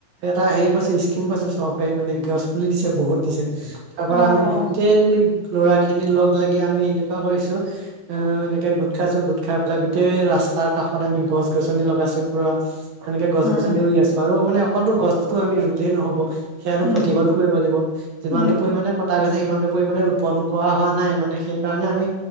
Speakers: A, on the right (about 45°); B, on the left (about 15°).
A: এটা হেৰি পাইছে, স্কিম পাইছে, চৰকাৰী মানে গছ পুলি দিছে বহুত দিছে। তাৰপৰা
B: অ',
A: আমি
B: অ',
A: গোটেই ল'ৰা খিনি লগ-লাগি আমি এনেকুৱা কৰিছোঁ। অ' এনেকে গোট খাইছোঁ। গোট খাই পেলাই গোটেই ৰাস্তাৰ কাষত আমি গছ-গছনি লগাইছোঁ পোৰা। সেনেকে গছ-গছনি
B: উম,
A: ৰুই আছোঁ আৰু মানে অকলতো গছতো আমি ৰুলে নহ'ব সিহতক
B: উম।
A: প্ৰতিপালন কৰিব লাগিব। যিমান
B: উম,
A: টো পৰিমাণে কটা গৈছে, সিমানটো পৰিমানে ৰোপণ কৰা হোৱা নাই, মানে সেই কাৰণে আমি